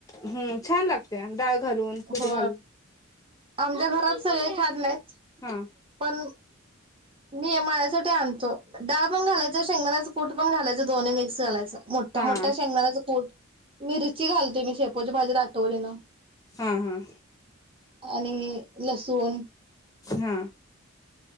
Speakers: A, on the left; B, on the right.
A: हम्म, छान लागत्या डाळ घालून कूट
B: हो
A: घालून
B: आमच्या घरात सगळे खात नाहीत.
A: हा
B: पण मी माझ्यासाठी आणतो. डाळ पण घालायच, शेंगदाण्याचं कूठ पण घालायचं. ते दो्न्ही मिक्स घालायचं, मोठा
A: हा
B: मोठा शेंगदाण्याचं कुट. मीरची घालते मी शेपोच्या भाजीत आठवनी न
A: हा हा
B: आणि लसूण
A: हा.